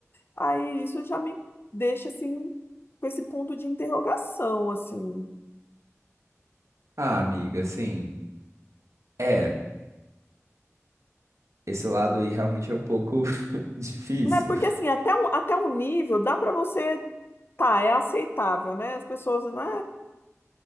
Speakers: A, on the left; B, on the right.
A: aí isso já me deixa assim, com esse ponto de interrogação, assim.
B: Ah, amiga, assim, é, esse lado aí realmente é um pouco <laughs> difícil.
A: Né? Porque assim, até um, até um nível dá pra você, tá, é aceitável, né? As pessoas, né?